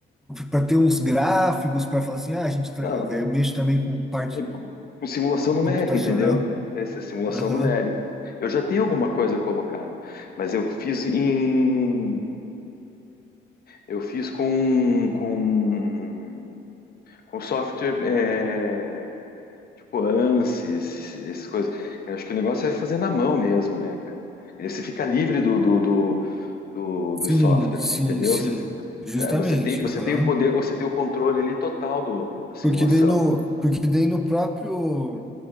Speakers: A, in the centre; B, on the left.
A: Para ter uns gráficos, para falar assim, ah, a gente tra-
B: não,
A: eu mexo também com parte
B: É, com com simulação numérica,
A: computacional.
B: entendeu? Essa é simulação
A: Aham.
B: numérica. Eu já tenho alguma coisa colocada, mas eu fiz em, eu fiz com com, com software é, tipo ANSYS, esses- essas coisas. Eu acho que o negócio é fazer na mão mesmo, né, cara? E Você fica livre do, do, do, do-
A: Sim,
B: dos softwares,
A: sim,
B: entendeu?
A: sim,
B: Você,
A: justamente,
B: é, você tem, você
A: aham.
B: tem o poder, você tem o controle ali total do, da simulação.
A: Porque daí no, porque daí no próprio,